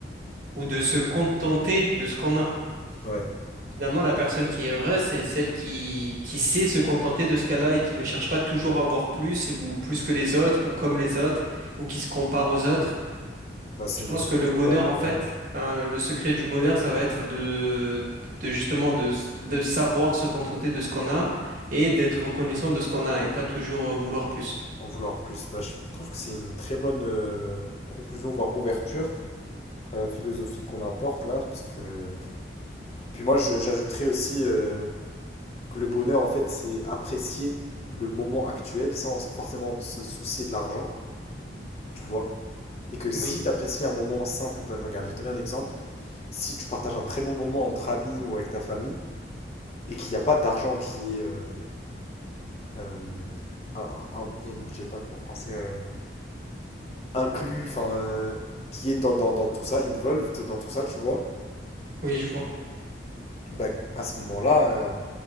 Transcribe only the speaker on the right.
ou de se contenter de ce qu'on a.
Finalement, la personne qui est heureuse, c'est celle qui, qui sait se contenter de ce qu'elle a et qui ne cherche pas toujours à avoir plus et- ou plus que les autres ou comme les autres ou qui se compare aux autres.
Je pense
que le
bonheur,
en
fait, hein, le secret du bonheur, ça va être de, de justement de, s- de savoir se contenter de ce qu'on a et d'être reconnaissant de ce qu'on a et pas toujours euh, vouloir plus.
Oui,
oui, je vois.